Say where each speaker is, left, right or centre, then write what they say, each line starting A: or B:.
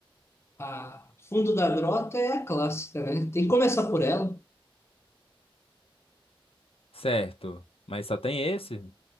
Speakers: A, on the left; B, on the left.
A: A Fundo da Grota é a clássica, né? Tem que começar por ela.
B: Certo. Mas só tem esse?